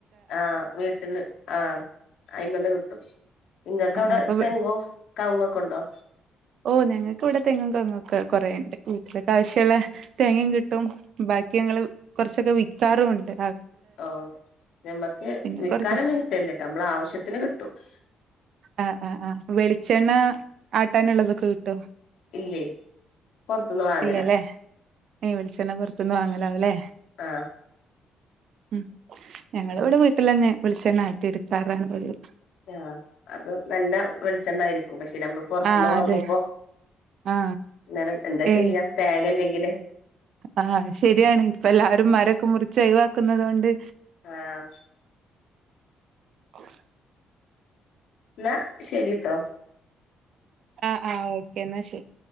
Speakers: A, on the left (about 75°); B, on the right (about 65°).
A: ആ വീട്ടില് ആ അയിമന്ന് കിട്ടും ഇങ്ങക്ക്
B: ആഹ്
A: അവിടെ
B: ആഹ് അപ്പൊ
A: തെങ്ങോ കവങ്ങോ ഒക്കെ ണ്ടോ
B: ഓ ഞങ്ങൾക്ക് ഇവിടെ തെങ്ങും കവുങ്ങും ഒക്കെ കൊറേണ്ട് വീട്ടിലൊക്ക് ആവശ്യമുള്ള തേങ്ങയും കിട്ടും ബാക്കി ബക്കി ഞങ്ങള് കൊറച്ചൊക്കെ വിൽക്കാറുമുണ്ട്
A: ഓ നമ്മക്ക്
B: പിന്നെ
A: വിക്കാനൊന്നും
B: കൊറച്ച്
A: കിട്ടല്ലട്ടോ നമ്മള ആവശ്യത്തിന് കിട്ടും <inaudible>
B: ആഹ ആ് ആ വെളിച്ചെണ്ണ ആട്ടാനുള്ളതൊക്കെ കിട്ടോ
A: ഇല്ലേ പുറത്തുന്ന് വാങ്ങല
B: ഇല്ലല്ലെ യ് വിളിച്ചെണ്ണ പുറത്തൊന്ന് വാങ്ങലാവുല്ലേ
A: ആഹ്
B: ഉം ഞങ്ങള് ഇവിടെ വീട്ടില് വെളിച്ചെണ്ണ ആട്ടിയെടുക്കാറാണ് പതിവ്-
A: ആഹ് അത് നല്ല വെളിച്ചെണ്ണായിരിക്കും. പക്ഷെ നമ്മൾ പുറത്തുന്ന്
B: ആ
A: വാങ്ങുമ്പോ
B: അതെ ആ
A: എന്നാലും എന്താ
B: ഏ
A: ചെയ്യാ തേങ്ങല്ലെങ്കില്
B: ആ ശരിയാണ് ഇപ്പ എല്ലാരും മരൊക്കെ മുറിച്ച് അഴിവാക്കുന്നുന്നത് കൊണ്ട്
A: ആഹ്
B: ഉ
A: എന്നാ ശരിട്ടോ
B: ആ ആ ഓക്കേ എന്നാ ശരി